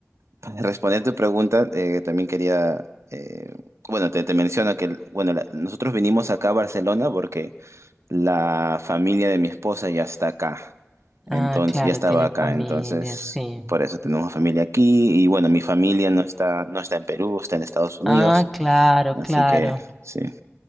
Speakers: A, on the right; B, in the centre.
A: para responder tu pregunta, eh, también quería, eh, bueno, te, te menciono que, bueno, la- nosotros vinimos acá a Barcelona porque la familia de mi esposa ya está acá, entonces
B: ah, claro,
A: ya estaba
B: tienes
A: acá,
B: familia,
A: entonces
B: sí.
A: por eso tenemos familia aquí y bueno, mi familia no está, no está en Perú, está en Estados Unidos,
B: Ah, claro,
A: así
B: claro.
A: que sí,